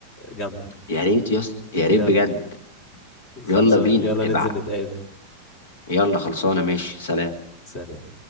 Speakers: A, on the left; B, on the left.
A: جامدة
B: يا ريت يس يا ريت
A: يلا
B: بجد
A: خلصان
B: يلا بينا
A: يلا
B: ابع
A: ننزل نتقابل
B: يلا خلصانه ماشي سلام
A: سلام